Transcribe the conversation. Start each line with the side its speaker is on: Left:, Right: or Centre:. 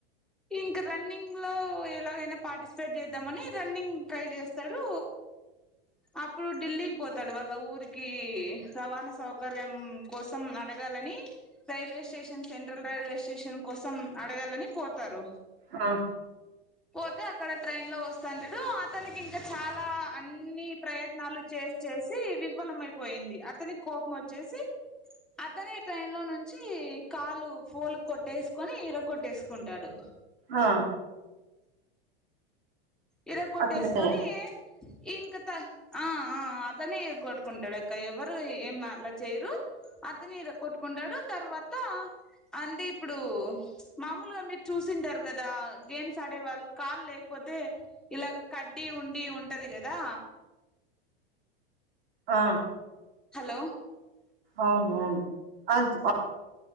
Centre: ఇంక రన్నింగ్ లో ఎలాగైనా పార్టిసిపేట్ చేద్దామని రన్నింగ్ ట్రై చేస్తాడు అప్పుడు ఢిల్లీకి పోతాడు వాళ్ళ ఊరికి రవాణా సౌకర్యం కోసం అడగాలని railway station central railway station కోసం అడగాలని పోతారు
Right: ఆ
Centre: పోతే అక్కడ ట్రైన్ లో వస్తాంటాడు అతనికి ఇంకా చాలా అన్ని ప్రయత్నాలు చే చేసి చేసి విఫలమైపోయింది అతనికి కోపం వచ్చేసి అతనే ట్రైన్ లో నుంచి కాలు ఫోల్ కొట్టేసుకొని ఇరా కొట్టేసుకుంటాడు
Right: ఆ
Centre: ఇరా కొట్టేసుకోని
Right: అతనే
Centre: ఇంక త ఆ ఆ అతనే ఇర కొట్టుకుంటాడు అక్క ఎవరు ఏం అలా చేయరు అతని ఇర కొట్టుకుంటాడు తర్వాత అంటే ఇప్పుడు మామూలుగా మీరు చూస్ సుంటారు కదా గేమ్స్ సడే వాళ్ళు కాలు లేకపోతే ఇలాగ కడ్డి ఉండి ఉంటది కదా
Right: ఆ
Centre: హలో
Right: అవును అవును అజ్ ఆ